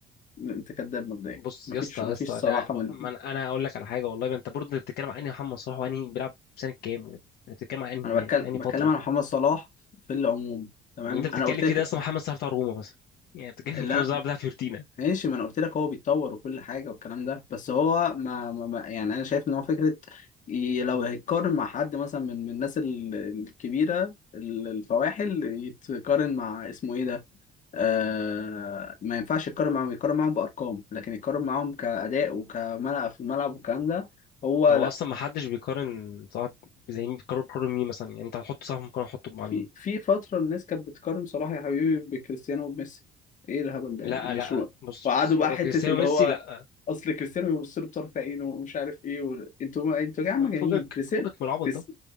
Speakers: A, on the left; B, on the left.
A: أنت كذاب مبدئيا
B: بص
A: مفيش
B: يا اسطى يا
A: مفيش
B: اسطى انا
A: صراحة من
B: ما انا أنا هقول لك على حاجه والله ما انت برضه بتتكلم عن انهي محمد صلاح وانهي بيلعب سنه كام وانت بتتكلم عن انهي
A: أنا
B: يعني
A: بتكلم
B: انهي
A: بتكلم
B: فتره
A: عن محمد صلاح في العموم تمام
B: اللي انت بتتكلم
A: أنا قلت
B: فيه
A: لك
B: ده اصلا محمد صلاح بتاع روما مثلا يعني بتتكلم
A: لا
B: محمد صلاح بتاع فيورتينا
A: ماشي ما انا قلت لك هو بيتطور وكل حاجه والكلام ده بس هو ما, ما ما- يعني انا شايف ان هو فكره ي- لو هيتقارن مع حد مثلا من من الناس ال- الكبيره ال- الفواحل يتقارن مع اسمه ايه ده آه ما ينفعش يتقارن معاهم يتقارن معاهم بارقام لكن يتقارن معاهم كاداء وكملعب في الملعب والكلام ده هو
B: هو
A: لا
B: اصلا ما حدش بيقارن صاحب زي مين بيقارن بيقارن مين مثلا يعني انت هتحط صاحب ممكن احطه مع
A: في
B: مين
A: في فترة الناس كانت بتقارن صلاح يا حبيبي بكريستيانو وبميسي ايه الهبل ده
B: لا
A: يعني معلش
B: لا
A: هو-
B: بص
A: وقعدوا
B: بص
A: بقى
B: هو
A: حتة
B: كريستيانو
A: اللي
B: ميسي
A: هو
B: لا
A: اصل كريستيانو بيبص له بطرف عينه ومش عارف ايه و... انتوا انتوا يا جماعة
B: يعني
A: مجانين
B: فكك
A: كريستيانو
B: فكك من العبط
A: كريس...
B: ده